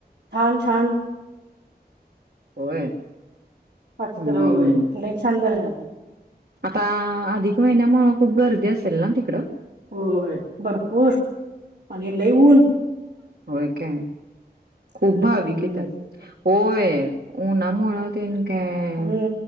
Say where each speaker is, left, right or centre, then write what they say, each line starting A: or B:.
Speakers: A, on the right (about 85°); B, on the right (about 70°).
A: छान छान
B: होय
A: हत
B: हम्म
A: कलो होय म्ह छान झाल
B: आता अधिक महिन्यामु खूप गर्दी असते तेल्ला तिकड
A: होय भरपूर आणि लऊन
B: होय काय खूप
A: हम्म
B: भाविक येतात होय उ्हामुळ तेन काय
A: हम्